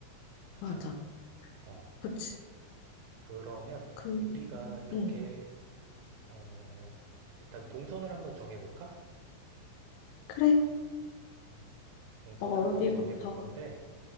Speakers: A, on the right (about 80°); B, on the left (about 80°).
A: 좋잖아.
B: 맞아.
A: 어,
B: 그치.
A: 그러면
B: 근,
A: 우리가 이렇게
B: 응,
A: 어, 일단 동선을 한번 정해볼까?
B: 그래.
A: 음. 동선을
B: 어디부터?
A: 한번 정해볼 건데